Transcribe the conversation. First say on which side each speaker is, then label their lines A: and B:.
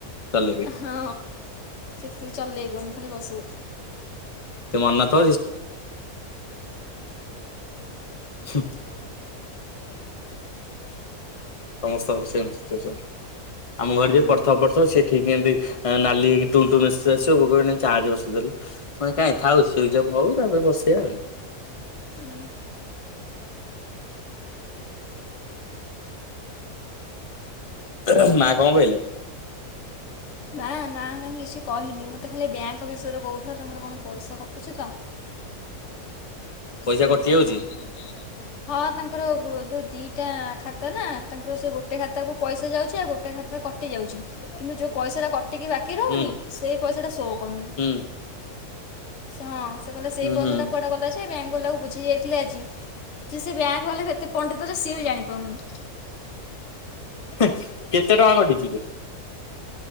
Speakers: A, on the left; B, on the left.
A: ଚଲେଇବେ।
B: ହଁ ସେତିକି ଚଲେଇବ ମୁଁ ଖାଲି ହଁ।
A: ସେ ମନେ ନଥିବ ସେ ହଁ। ସମସ୍ତଙ୍କର ସେମ୍ ସିଚୁଏସନ୍। ଆମ ଘରେ
B: ହୁଁ
A: ଯିଏ ପଢ଼ିଥିବ ପଢ଼ିଥିବ ସିଏ ଠିକ ଏମତି ନାଲି ହେଇକି ଟୁଁ ଟୁଁ ମେସେଜ ଆସିବ, ବୋଉ କହିବ ନେଇକି ଚାର୍ଜ ବସେଇ ଦେଲୁ। ମୁଁ କହିଲି କାଇଁକି ଥାଉ ସୁଇଚ୍ ଅଫ୍ ହଉ ତାପରେ ବସେଇବା ଆଉ।
B: ହୁଁ।
A: ହୁଁ ମା କଣ କହିଲେ?
B: ମା ନାଁ କାହିଁ କିଛି କହିନି। ମତେ ଖାଲି ଏଇ ବ୍ୟାଙ୍କ ବିଷୟରେ କହୁଥିଲା ତାଙ୍କର କଣ ପଇସା କଟୁଛି ତ।
A: ପଇସା
B: ସେଇ
A: କଟି
B: ବିଷୟରେ
A: ଯାଉଛି
B: କହୁ ଦି'ଟା ଖାତା ନା ତାଙ୍କର ସେ ଗୋଟେ ଖାତାକୁ ପଇସା ଯାଉଛି। ଆଉ ଗୋଟେ ଖାତା କଟି ଯାଉଛି। କିନ୍ତୁ ଯୋଉଁ ପଇସା ଟା କଟିକି ବାକି ରହୁନି।
A: ହୁଁ
B: ସେଇ ପଇସା ଟା ସୋ କରୁନି।
A: ହୁଁ
B: ହଁ ସେ କହିଲେ ସେଇ
A: ଉଁ
B: ପଇସା
A: ହୁଁ
B: ଟା କୁଆଡ଼େ ଗଲା ଯେ ବ୍ୟାଙ୍କ ବାଲାକୁ ବୁଝି ଯାଇଥିଲେ ଆଜି ଯେ ସେ ବ୍ୟାଙ୍କ ବାଲାକୁ ଏତେ ପଣ୍ଡିତ ଯେ ସିଏ ବି ଜାଣିପାରୁନି।
A: କେତେ ଟଙ୍କା କଟିଚି କି?